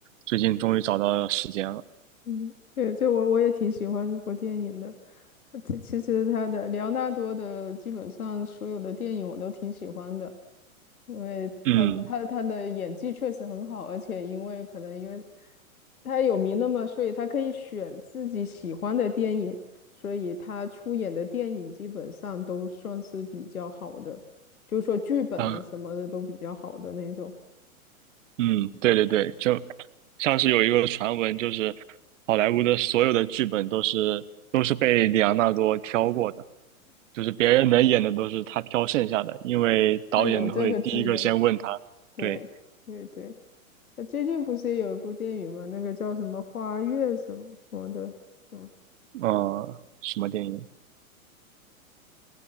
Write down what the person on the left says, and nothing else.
嗯，对，这我我也挺喜欢这部电影的。其其实他的莱昂纳多的基本上所有的电影我都挺喜欢的，因为他他他的演技确实很好，
而且因为可能因为他有名了嘛，所以他可以选自己喜欢的电影，所以他出演的电影基本上都算是比较好的，就是说剧本啊什么的都比较好的那种，
他有这个资本，对对对。
呃最近不是也有一部电影吗？那个叫什么《花月》什么什么的，嗯，